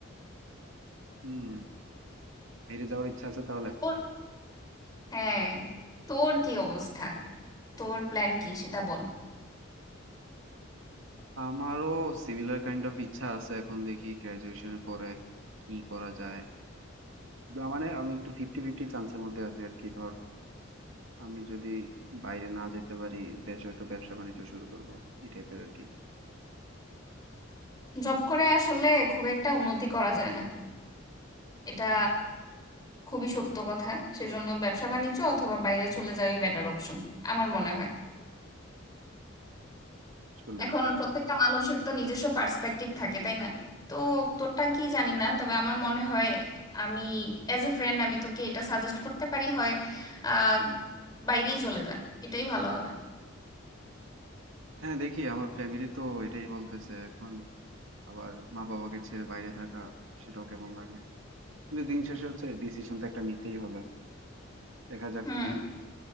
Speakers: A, on the right; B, on the left.
A: হুম বাইরে যাওয়ার ইচ্ছা আছে তাহলে
B: তোর হ্যাঁ তোর কি অবস্থা তোর প্ল্যান কি সেটা বল
A: আমারও সিমিলার কাইন্ড অফ ইচ্ছা আছে এখন দেখি গ্রাজুয়েশনের পরে কি করা যায় না, মানে আমি একটু ফিফটি ফিফটি চান্সের মধ্যে আছি আর কি ধর আমি যদি বাইরে না যেতে পারি দেশে হয়তো ব্যবসা বাণিজ্য শুরু করব এই টাইপের আর কি
B: জব করে আসলে খুব একটা উন্নতি করা যায় না এটা খুবই সত্য কথা সেজন্য ব্যবসা বাণিজ্য অথবা বাইরে চলে যাওয়াই বেটার অপশন আমার মনে হয়
A: আসলেই
B: এখন প্রত্যেকটা মানুষের তো নিজস্ব পার্সপেক্টিভ থাকে তাই না তো তোরটা কি জানি না তবে আমার মনে হয় আমি অ্যাজ এ ফ্রেন্ড আমি তোকে এটা সাজেস্ট করতে পারি হয় আহ, বাইরেই চলে যা এটাই ভালো হবে
A: হ্যাঁ দেখি আমার ফ্যামিলি তো এটাই বলতেছে এখন আবার মা বাবাকে ছেড়ে বাইরে থাকা সেটাও কেমন লাগে কিন্তু দিন শেষে হচ্ছে ডিসিশন তো একটা নিতেই হবে দেখা যাক
B: হুম